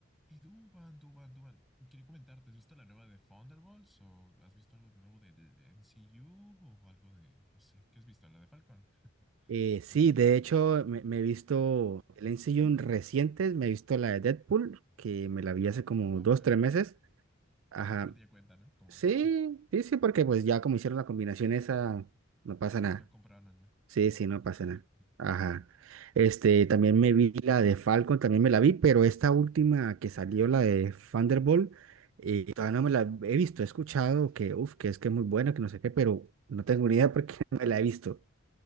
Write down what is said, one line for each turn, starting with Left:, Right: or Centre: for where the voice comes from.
Centre: Y Duban, Duban, Duban, quería comentarte, ¿has visto la nueva de Thunderbolts o has visto algo nuevo del MCU o algo de, no sé, ¿qué has visto? La de Falcon,
Right: Eh, sí,
Centre: no sé cuál
Right: de
Centre: has
Right: hecho,
Centre: visto.
Right: me, me he visto el MCU recientes, me he visto la de Deadpool, que me la vi hace como
Centre: Ok,
Right: dos, tres meses. Ajá.
Centre: técnicamente ya cuenta, ¿no? Como,
Right: Sí,
Centre: sí,
Right: sí, sí, porque pues ya como hicieron la combinación esa, no pasa nada.
Centre: yo compraron ya,
Right: Sí,
Centre: yo
Right: sí,
Centre: la
Right: no
Centre: compra
Right: pasa nada.
Centre: de...
Right: Ajá. Este, también me vi la de Falcon, también me la vi, pero esta última que salió, la de Thunderbolt, eh, todavía no me la he visto, he escuchado que, uf que es que es muy buena, que no sé qué, pero no tengo ni idea porque <laughs> no me la he visto.